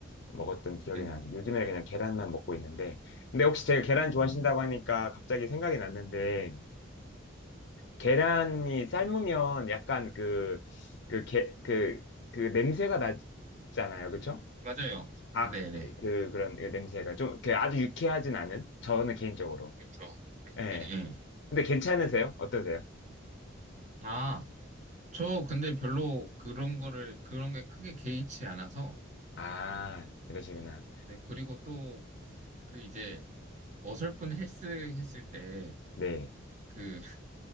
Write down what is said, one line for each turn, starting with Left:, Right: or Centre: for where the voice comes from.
Left: 먹었던 기억이
Right: 네네.
Left: 나는데
Right: 네.
Left: 요즘에 그냥 계란만 먹고 있는데 근데 혹시 제가 계란
Right: 음,
Left: 좋아하신다고 하니까 갑자기 생각이 났는데 계란이 삶으면 약간 그 그 게 그 그 냄새가 나잖아요 그쵸?
Right: 맞아요.
Left: 닭,
Right: 네네.
Left: 그, 그런 그 냄새가 좀, 그 아주 유쾌하진 않은? 저는 개인적으로.
Right: 그렇죠.
Left: 예.
Right: 예, 예.
Left: 근데 괜찮으세요? 어떠세요?
Right: 아, 저 근데 별로 그런 거를, 그런 게 크게 개의치 않아서,
Left: 아, 그러시구나.
Right: 네, 그리고 또 그 이제 어설픈 헬스 했을 때
Left: 네.
Right: 그 <laughs>